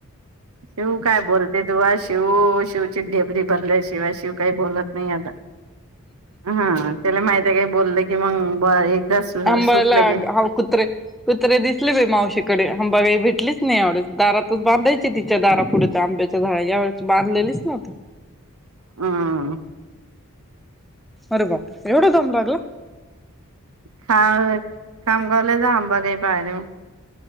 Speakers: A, on the right; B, in the centre.
A: शिव काय बोलते तुवा शिव शिवची ढेबरी भरलय शिवा शि काही बोलत नाही आता हा त्याला माहिती का बोल की मग सुटलं
B: आम्हाला
A: की
B: कुत्रे -कुत्रे दिसले ब मावशीकडे. आंबा बाई काही भेटलीच नाही यावळेस दारातच बांधायची तिच्या दारा पुढे त्या आंब्याच्या झाडा यावेची बांधलेलीच ना ओके
A: हम्म
B: अरे बाप एवढं दम लागला.
A: ख खामगावलजा आंबा काही पाहिर मग